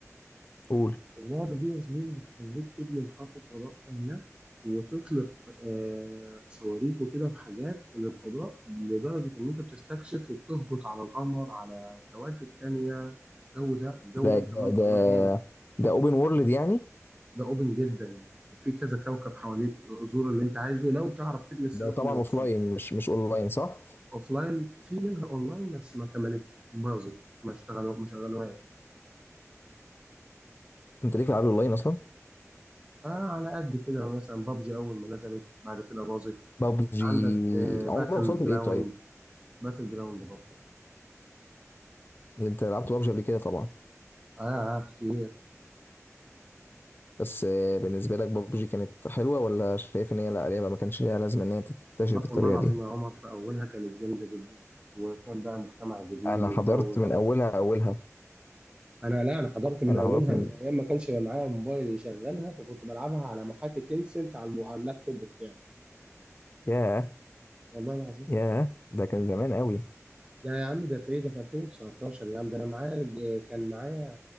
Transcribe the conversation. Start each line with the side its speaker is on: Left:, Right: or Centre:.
Left: قول
Right: اللعبه دي يا زميلي بتخليك تبني محطه فضاء كامله وتطلق آه صواريخ وكده وحاجات للفضاء لدرجه ان انت بتستكشف وبتهبط على القمر على كواكب تانيه الجو ده الجو
Left: ده
Right: ده بامانه
Left: ده ده
Right: الله جامد
Left: ده اوبن وورلد يعني
Right: ده اوبن جدا يعني وفي كذا كوكب حواليك زور اللي انت عايزه لو تعرف تبني الصاروخ
Left: ده طبعا
Right: اللي يوصلك
Left: اوف لاين مش مش اونلاين صح
Right: لاين في منها اونلاين بس ما كملتش باظت ما اشتغلوا ما شغلوهاش
Left: انت ليك في العاب الاونلاين اصلا
Right: آه على قد كده مثلا بابجي اول ما نزلت بعد كده باظت
Left: بابجي
Right: عندك آه
Left: عمرك
Right: باتل
Left: وصلت لايه
Right: جراوند
Left: طيب
Right: باتل جراوند برضه
Left: انت لعبت بابجي قبل كده طبعا
Right: آه, اه كتير
Left: بس آه، بالنسبه لك بابجي كانت حلوه ولا شايف ان هي لا لعبه ما كانش ليها لازمه ان هي تنتشر
Right: والله
Left: بالطريقه
Right: والله العظيم
Left: دي
Right: يا عمر في اولها كانت جامده جدا وكان بقى مجتمع جديد
Left: انا
Right: والجو
Left: حضرت
Right: ده
Left: من اولها اولها
Right: انا لا انا حضرت من
Left: انا
Right: اولها
Left: حضرت من
Right: من ايام ما كانش معايا موبايل يشغلها فكنت بلعبها على محاكي تينسنت على الم- على اللابتوب بتاعي
Left: ياه
Right: والله العظيم
Left: ياه ده كان زمان قوي
Right: ده يا عم ده في ايه ده في 2019 يا عم ده انا معايا ج- كان معايا